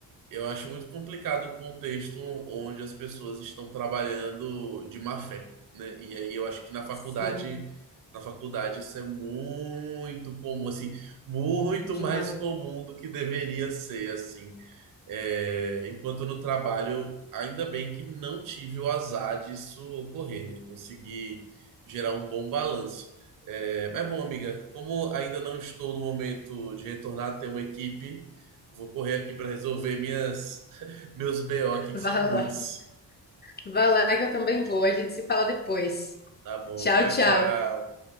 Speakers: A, on the right; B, on the left.
A: eu acho muito complicado um contexto onde as pessoas estão trabalhando de má fé, né? E aí eu acho que na faculdade,
B: Sim,
A: na faculdade isso é muito comum, assim, muito
B: demais.
A: mais comum do que deveria ser, assim. É, enquanto no trabalho, ainda bem que não tive o azar disso ocorrer, né? Consegui gerar um bom balanço. É, mas bom, amiga, como ainda não estou no momento de retornar a ter uma equipe, vou correr aqui para resolver minhas <laughs> meus BO aqui,
B: Vai
A: que são muitos.
B: lá, vai lá que eu também vou. A gente se fala depois.
A: Tá bom,
B: Tchau,
A: tchau,
B: tchau.
A: tchau.